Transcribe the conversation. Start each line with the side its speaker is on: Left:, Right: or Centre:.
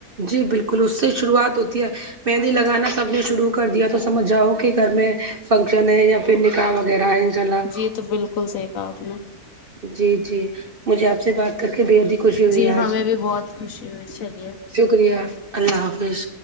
Right: جی بالکل اس سے شروعات ہوتی ہے مہندی لگانا سب نے شروع کر دیا تو سمجھ جاؤ کہ گھر میں فنکشن ہے یا پھر نکاح وغیرہ ہے انشاء اللہ
Left: جی یہ تو بالکل صحیح کہا آپ نے
Right: جی جی مجھے آپ سے بات کر کے بےحد ہی خوشی ہوئی
Left: جی
Right: ہے آج
Left: ہمیں بھی بہت خوشی ہوئی اچھا
Right: شکریہ اللہ حافظ